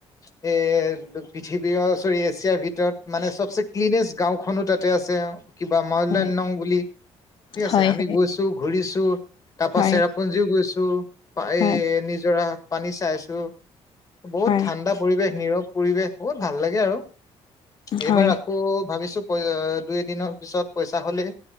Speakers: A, on the left (about 30°); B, on the left (about 50°).
A: এ পৃথিৱী চৰি এছিয়াৰ ভিতৰত মানে চবচে ক্লিনেষ্ট গাঁওখনো তাতে আছে আও, কিবা ময়লংনম
B: হয় হয়
A: বুলি ঠিক আছে
B: হয়
A: আমি গৈছো ঘূৰিছো। তাৰ পৰা
B: হয়
A: চেৰাপুঞ্জীও গৈছো এই
B: হয়
A: নিজৰা পানী চাইছো। বহুত
B: হয়
A: ঠাণ্ডা পৰিৱেশ নীৰৱ পৰিৱেশ বহুত ভাল লাগে আৰু এইবাৰ
B: হয়
A: আকৌ ভাবিছো পই দুই এদিনৰ পিছত পইচা হ'লে